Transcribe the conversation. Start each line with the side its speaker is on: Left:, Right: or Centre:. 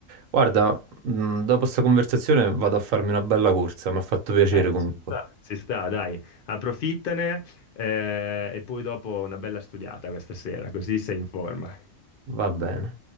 Right: Guarda, mh, dopo questa conversazione vado a farmi una bella corsa, mi ha fatto piacere
Left: Eh,
Right: comunque.
Left: ci sta. Si sta, dai, approfittane eh, e poi dopo una bella studiata questa sera, così sei in forma.
Right: Va bene.